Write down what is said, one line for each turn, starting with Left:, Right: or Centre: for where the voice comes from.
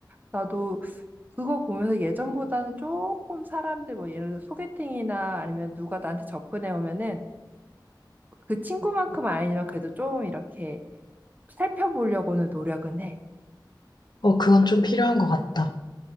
Right: 나도 그거 보면서 예전보다는 조금 사람들 뭐 예를 들어 소개팅이나 아니면 누가 나한테 접근해 오면은 그 친구만큼은 아니지만 그래도 좀 이렇게 살펴보려고는 노력은 해.
Left: 어, 그건 좀 필요한 것 같다.